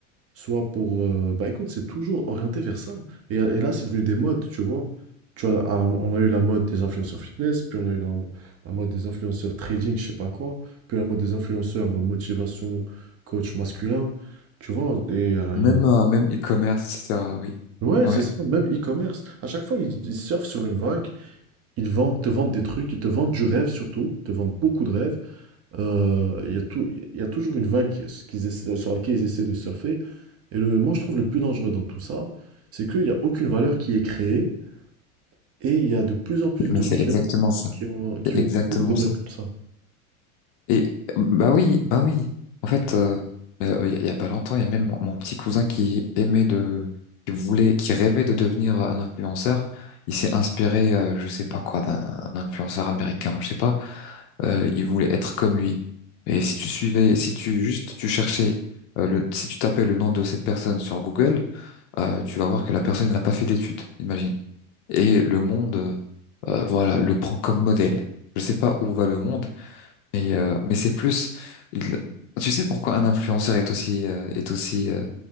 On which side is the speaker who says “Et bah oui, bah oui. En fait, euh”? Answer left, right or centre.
Left